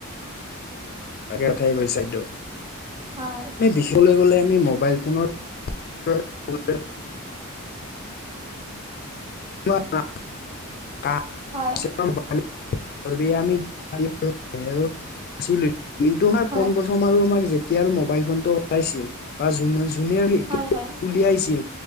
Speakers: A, on the left; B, on the right.
A: <unintelligible> কথাই কৈছা এইটো।
B: হয়।
A: দেখিবলৈ গ'লে আমি মোবাইল ফোনত <unintelligible> <unintelligible>
B: হয়
A: <unintelligible> <unintelligible> কিন্তু আমাৰ
B: হয়
A: পোন প্ৰথম আৰু আমাৰ যেতিয়া আৰু মোবাইল ফোনটো ওলাইছিল বা যোন যোনে
B: হয় হয়
A: উলিয়াইছিল